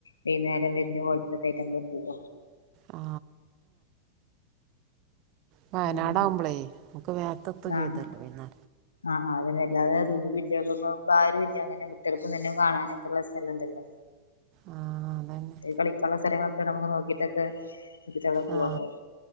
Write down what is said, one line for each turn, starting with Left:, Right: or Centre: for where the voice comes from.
Left: വൈകുന്നേരം വരുന്ന കൊലത്തക്കായിട്ട് നമ്മൾ പോക
Right: ആ വയനാടാകുമ്പോളേയ്
Left: ഉം
Right: നമുക്ക് നേരെത്തെ എത്തും
Left: ആഹ്
Right: ചെയ്യാ
Left: ആഹ് അത വല്ലാതെ ദൂര ഇല്ലപ്പ ഭാരും ഇല്ല അങ്ങനെ കുട്ടികൾക്കും തന്നെ കാണാനൊക്കെയള്ള സ്ഥലം ഉണ്ടല്ലോ
Right: ആ അതന്നെ
Left: കളിക്കുള്ള സ്ഥലങ്ങളൊക്കെ നമുക്ക് നോക്കിട്ടൊക്കെ കെട്ടിച്ചവടെ പൂവാൻ
Right: ആ
Left: പറ്യാ